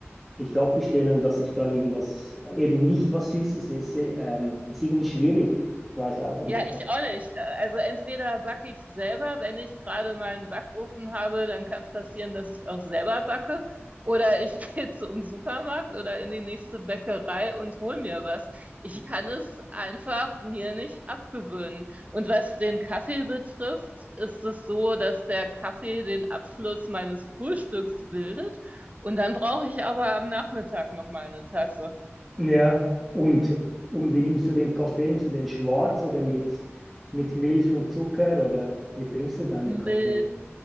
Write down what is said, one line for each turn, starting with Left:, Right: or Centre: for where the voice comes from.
Centre: nicht abbestellen, dass ich dann irgendwas, eben nicht was Süßes esse. Ähm, ist irgendwie schwierig. Ich weiß auch nicht.
Right: Ja, ich auch nicht. Äh, Also entweder backe ich selber, wenn ich gerade mal einen Backofen habe, dann kann es passieren, dass ich auch selber backe. Oder ich <laughs> gehe zum Supermarkt oder in die nächste Bäckerei und hol mir was. Ich kann es einfach mir nicht abgewöhnen. Und was den Kaffee betrifft, ist es so, dass der Kaffee den Abschluss meines Frühstücks bildet. Und dann brauche ich aber am Nachmittag noch mal eine Tasse.
Centre: Ja, und, und wie nimmst du den Kaffee? Nimmst du den schwarz oder mit, mit Milch und Zucker oder wie trinkst du deinen
Right: Mit,
Centre: Kaffee?